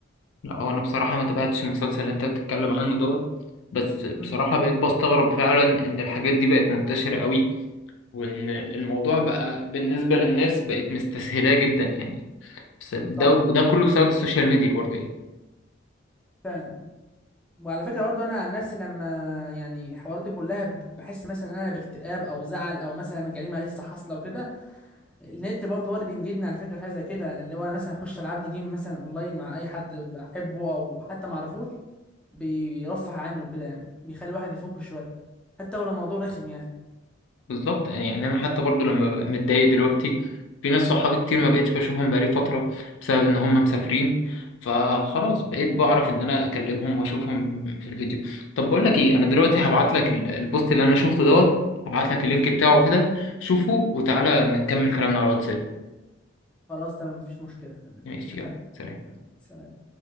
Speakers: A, on the left; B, in the centre.
A: اه انا بصراحة ما تابعتش المسلسل اللي انت بتتكلم عنه دوت بس بصراحة
B: امم
A: بقيت بستغرب فعلا ان الحاجات دي بقت منتشرة قوي وان الموضوع بقى بالنسبه للناس بقت مستسهلاه جدا يعني بس ده
B: صح
A: وده كله بسبب السوشيال ميديا برضه يعني
B: فعلا وعلى فكرة برضو أنا عن نفسي لما يعني الحوارات دي كلها ب- بحس مثلا إن أنا باكتئاب أو زعل أو مثلا جريمة لسه حاصلة وكده النت برضو هو اللي بينجدني على فكرة في حاجة زي كده اللي هو أنا مثلا أخش ألعب لي جيم مثلا أونلاين مع أي حد بحبه أو حتى معرفوش بيرفه عني وكده يعني بيخلي الواحد يفك شوية حتى ولو الموضوع رخم يعني
A: بالظبط يعني يعني انا حتى برضه لما ببقى متضايق دلوقتي في ناس صحابي كتير ما بقتش بشوفهم بقالي فتره بسبب ان هم مسافرين فخلاص
B: مم.
A: بقيت بعرف ان انا اكلمهم واشوفهم في الفيديو طب بقول لك ايه انا دلوقتي هبعت لك ال- البوست اللي انا شفته دوت هبعت لك اللينك بتاعه كده شوفه وتعالى نكمل كلامنا على الواتساب
B: خلاص تمام مفيش مشكلة تمام
A: ماشي
B: اتفقنا
A: يلا سلام
B: يلا سلام